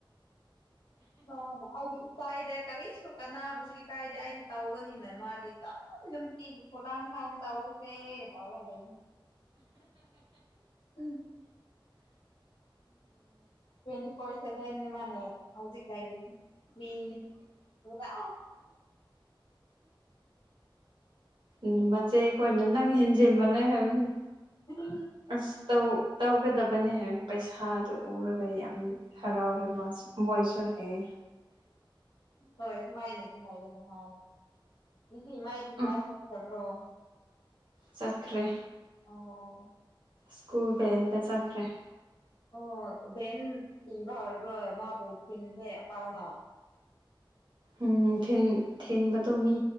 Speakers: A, on the left; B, on the right.
A: ꯇꯥꯎꯕ ꯑꯩꯗꯤ ꯏꯀꯥꯏꯗꯦ ꯀꯔꯤꯁꯨ ꯀꯅꯥꯕꯨꯁꯨ ꯏꯀꯥꯏꯗꯦ ꯑꯩꯗꯤ ꯇꯧꯒꯅꯤꯅ ꯃꯥꯗꯤ ꯑꯗꯨꯝ ꯅꯨꯡꯇꯤꯒꯤ ꯈꯨꯨꯂꯥꯡ ꯈꯥꯟ ꯇꯧꯔꯁꯦ ꯇꯧꯔ ꯂꯩ ꯎꯝ ꯇ꯭ꯋꯇꯤ ꯐꯣꯔ ꯁꯚꯦꯟꯅꯦ ꯃꯥꯅ ꯍꯧꯖꯤꯛ ꯂꯩꯔꯤꯁꯦ ꯃꯩꯅꯤ ꯄꯨꯔꯥ
B: ꯎꯝ ꯃꯆꯦ ꯈꯣꯏꯅ ꯅꯪ ꯍꯦꯟꯖꯤꯟꯃꯜꯂꯦ ꯍꯥꯏꯕꯅꯦ
A: ꯎꯝ
B: ꯑꯁ ꯇꯧ ꯇꯧꯒꯗꯕꯅꯦꯍꯝ ꯍꯥꯏꯌꯦ ꯄꯩꯁꯥꯗꯨ ꯎꯔꯒ ꯌꯥꯝ ꯍꯔꯥꯎꯔꯦ ꯃꯥꯁꯨ ꯃꯣꯏꯁꯨ ꯍꯥꯏꯌꯦ
A: ꯍꯣꯏ ꯁꯨꯃꯥꯏꯅꯗꯤ ꯍꯥꯏꯌꯦ ꯅꯍꯥꯟ ꯏꯗꯤ ꯃꯥꯏꯗꯤ ꯀ꯭ꯂꯥꯁ
B: ꯎꯝ
A: ꯆꯠꯈ꯭ꯔꯕ꯭ꯔꯣ
B: ꯆꯠꯈ꯭ꯔꯦ
A: ꯑꯣ
B: ꯁ꯭ꯀꯨꯜ ꯚꯦꯟꯗ ꯆꯠꯈ꯭ꯔꯦ
A: ꯑꯣ ꯚꯦꯟ ꯄꯤꯕꯥ ꯍꯧꯔꯕ꯭ꯔꯣ ꯃꯥꯕꯨ ꯊꯤꯟꯗꯦ ꯑꯄꯥꯎꯅ
B: ꯎꯝ ꯊꯤꯟ ꯊꯤꯟꯕꯗꯣ ꯃꯤ